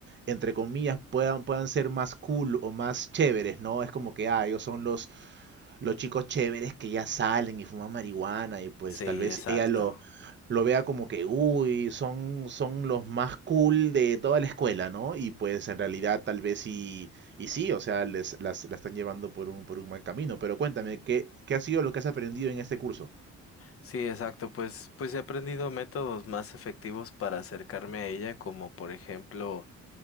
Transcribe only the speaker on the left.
Sí,
exacto.
Sí, exacto. Pues, pues he aprendido métodos más efectivos para acercarme a ella, como por ejemplo,